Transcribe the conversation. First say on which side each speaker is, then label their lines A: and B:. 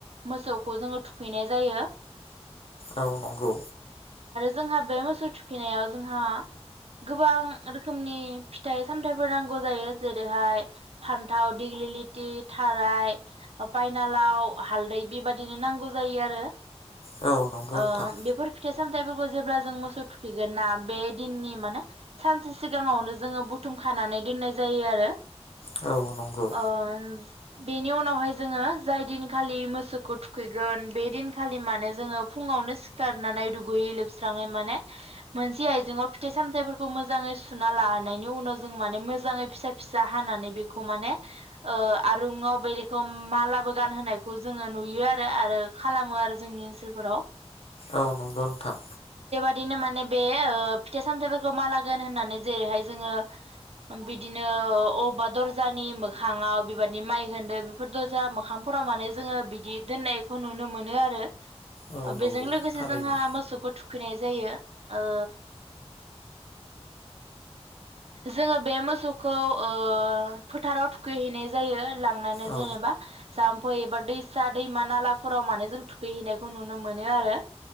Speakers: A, on the right; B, on the left.
A: मोसौखौ जोङो थुखैनाय जायो
B: औ नंगौ
A: जोंहा बे मोसौ थुखैनायाव जोंहा गोबां रोखोमनि फिथाइ सामथाइफोर नांगौ जायो जेरैहाय फान्थाव दिग्लिलिटि थाराय पायनालाव हालदै बेबादिनो नांगौ जायो आरो
B: औ नंगौ
A: ओ
B: नोंथां
A: बेफोर फिथाइ सामथाय फोरबो जेब्ला जों मोसौ थुखैगोन ना बे दिननि माने सानसे सिगाङावनो जोङो बुथुम खानानै दोननाय जायो आरो
B: औ नंगौ
A: ओम बेनि उनावहाय जोङो जाय दिन खालि मोसौखौ थुखैगोन बे दिनखालि माने जोङो फुङावनो सिखारनानै दुगैयै लोबस्राङै माने मोनसे आयजेङाव फिथाइ सामथाइफोरखौ मोजाङै सुना लानायनि उनाव जों माने मोजाङै फिसा फिसा हानानै बेखौ माने ओ आरुङाव बेरेखौ मालाबो गान होनोनाय खौ जोङो नुयो आरो आरो खालामो आरो जोंनि ओनसोलफोराव
B: औ नंगौ नोंथां।
A: बेनो माने बे ओ फिथाइ सामथायफोरखौ माला गानहोनानै जेरैहाय जोङो बिदिनो अबेबा दजानि मोङाव बेबादि माइहेनदो बेफोर दजा मोखांफोराव माने जोङो बिदि दोननायखौ नुनो मोनो आरो
B: औ नंगौ
A: बेजों लोगोसे
B: थारैनो
A: जोंहा मोसौखौ थुखैनाय जायो ओ जोङो बे मोसौखौ ओ फोथाराव थुखैहैनाय जायो। लांनानै
B: औ
A: जेनेबा जाम्फै एबा दैसा दैमा नालाफोराव मानोे जों थुखैहैनायखौ नुनो मोनो आरो